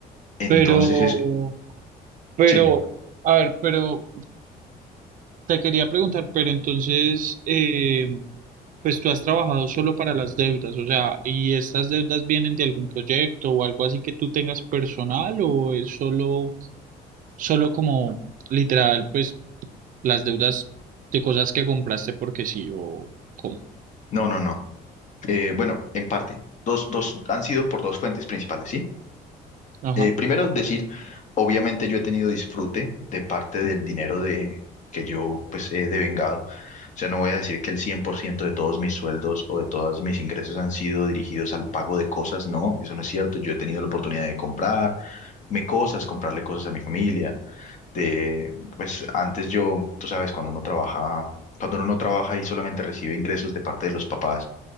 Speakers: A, on the left; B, on the right.
A: Entonces
B: Pero,
A: es,
B: pero,
A: sí,
B: a ver, pero te quería preguntar, pero entonces, eh, pues tú has trabajado solo para las deudas, o sea, ¿y estas deudas vienen de algún proyecto o algo así que tú tengas personal o es solo, solo como literal, pues las deudas de cosas que compraste porque sí o cómo?
A: no, no, no. Eh, bueno, en parte, dos, dos han sido por dos fuentes principales, ¿sí?
B: Ajá,
A: Eh, primero decir, obviamente yo he tenido disfrute de parte del dinero de, que yo pues he devengado. O sea, no voy a decir que el 100% de todos mis sueldos o de todos mis ingresos han sido dirigidos al pago de cosas. No, eso no es cierto. Yo he tenido la oportunidad de comprarme cosas, comprarle cosas a mi familia. De, pues antes yo, tú sabes, cuando uno trabaja, cuando uno no trabaja y solamente recibe ingresos de parte de los papás,